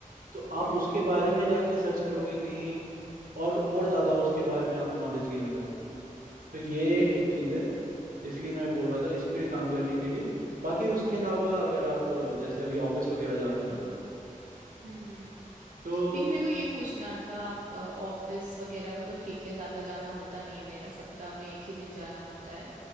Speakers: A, on the right (about 90°); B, on the right (about 65°).
A: तो आप
B: हम्म
A: उसके बारे में जाके सर्च करोगे कहीं और और ज्यादा उसके बारे में आप नॉलेज गेन करोगे तो ये
B: हम्म
A: एक चीज है इसलिए मैं बोल रहा था इस पे काम करने के लिए बाकी उसके अलावा अगर आप अ, जैसे अभी ऑफिस वगैरह जाते हो ना
B: हम्म हम्म।
A: तो
B: लेकिन मेरे को ये पूछना था आप ऑफिस वगैरह को तो ठीक है ज्यादा जाना होता नहीं है मेरा सप्ताह में एक ही दिन जाना होता है